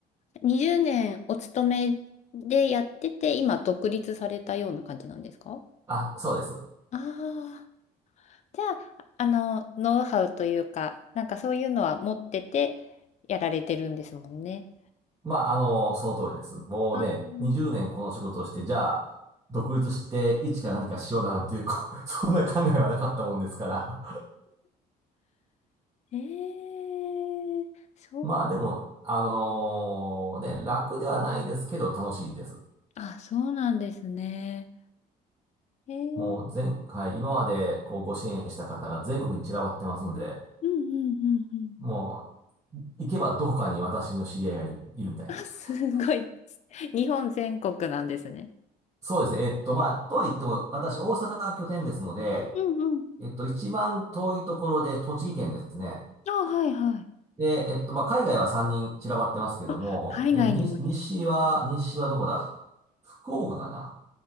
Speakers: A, on the left; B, on the right.
A: 20年お勤めでやってて、今独立されたような感じなんですか
B: あ、そうです。
A: ああー、じゃあ、あの、ノウハウというか、なんかそういうのは持っててやられてるんですもんね。
B: まあ、あの、その通りです。もうね、
A: あー
B: 20年この仕事をして、じゃあ、独立して一から何かしようなんていう、こう <laughs> そんな考えはなかったもんですから。
A: ええそう、
B: <laughs> まあ、でも、あのね、楽ではないですけど、楽しいです。
A: あ、そうなんですね。えー、
B: もう前回、今までこうご支援した方が全国に散らばってますんで、
A: うんうんうんうん。
B: もう、行けばどこかに私の知り合いがいる、いるみたいな。
A: あすごい。
B: <laughs>
A: 日本全国なんですね。
B: そうですね。えっと、まあ、とは言っても、私、大阪が拠点ですので、
A: うんうん。
B: えっと、一番遠いところで栃木県ですね。
A: あ、はいはい。
B: で、えっと、まあ、海外は3人散らばってますけども、
A: あ、海外にもいる。
B: で、に西は、西はどこだ福岡かな